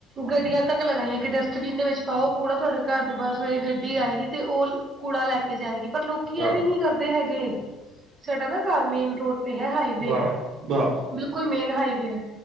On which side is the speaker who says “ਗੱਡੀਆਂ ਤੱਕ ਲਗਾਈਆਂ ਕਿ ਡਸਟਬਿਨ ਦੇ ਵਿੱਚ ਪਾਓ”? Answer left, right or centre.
Right